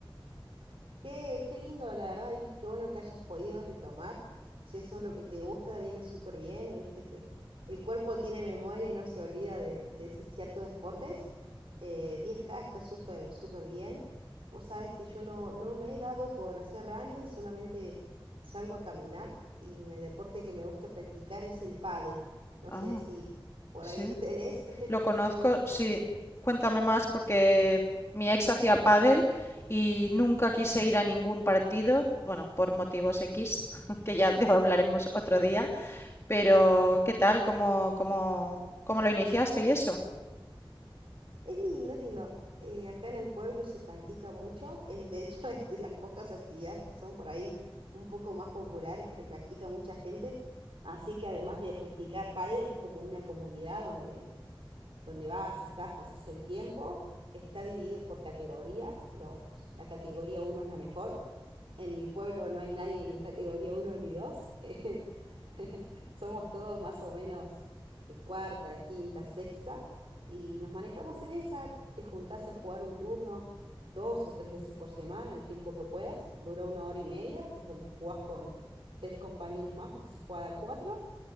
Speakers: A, on the right (about 75°); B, on the left (about 30°).
A: Qué, qué lindo, la verdad, y qué bueno que hayas podido retomar. Si eso es lo que te gusta, viene súper bien y viste que el cuerpo tiene memoria y no se olvida de, de ese- ciertos deportes. Eh, 10K está súper, súper bien. Vos sabés que yo no, no me he dado por hacer running, solamente salgo a caminar y el deporte que me gusta practicar es el pádel. No
B: Ah,
A: sé si por
B: sí.
A: ahí lo tenés. <laughs>
B: Lo conozco, sí. Cuéntame más porque mi ex hacía pádel y nunca quise ir a ningún partido, bueno, por motivos X, <laughs> que ya de- hablaremos otro día, pero ¿qué tal? ¿Cómo, cómo, cómo lo iniciaste y eso?
A: Es lindo, es lindo. Eh, acá en el pueblo se practica mucho. eh, de hecho, <laughs> es de las pocas actividades que son por ahí un poco más populares que practica mucha gente. Así que además de practicar pádel, es como una comunidad donde, donde vas, estás, pasas el tiempo. Está dividido por categorías. Los, la categoría uno es la mejor. En mi pueblo no hay nadie ni categoría uno ni 2. <laughs> <laughs> Somos todos más o menos de cuarta, quinta, sexta y nos manejamos en esa. Te juntás a jugar un turno dos o tres veces por semana, el tiempo que puedas. Dura una hora y media, que es donde jugás con tres compañeros más porque se juega a cuatro.